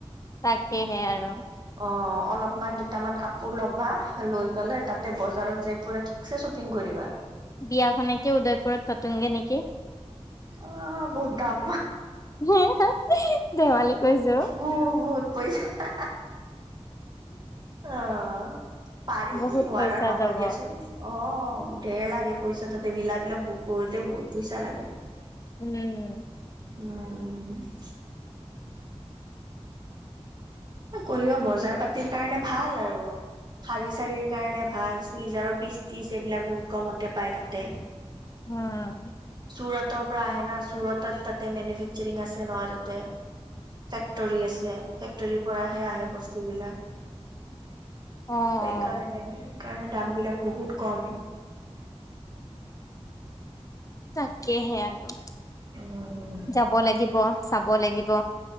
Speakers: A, on the left; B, on the right.
A: তাকেহে আৰু।
B: অ অলপমান দুটামান কাপোৰ ল'বা লৈ পেলাই তাতে বজাৰত যাই পুৰা ঠিকছে শ্বপিং কৰিবা।
A: বিয়াখনকে উদয়পুৰত পাতোংগে নেকি?
B: অ বহুত দাম।
A: হে হে হে ধেমালি কৰিছোঁ
B: বহুত পইচা, অহঁ পাৰি
A: বহুত
B: নোৱাৰা
A: পইচা
B: নহয়
A: যাব
B: দিয়াচোন। অ ধেৰ লাগে পইচা তীতে বিলাবলাক বুক কৰোতে বহুত পইচা লাগে।
A: উম।
B: উম। কৰিব বজাৰ পাতিৰ কাৰণে ভাল আৰু। শাৰী চাৰীৰ কাৰণে ভাল চুইজাৰৰ পিচ তিছ এইবিলাক বহুত কমতে পায় তাতে।
A: উম।
B: চুৰটৰ পৰা আহে ন চুৰতত তাতে মেনুফেকচাৰিং আছে নহ তাতে। <unintelligible> ফেক্টৰী আছে ফেক্টৰী কৰাহে আহে বস্তু বিলাক সেইকাৰণে।
A: অ',
B: কাৰণ দাম বিলাক বহুত কম।
A: তাকেহে, আৰু
B: উম উম
A: যাব লাগিব চাব লাগিব।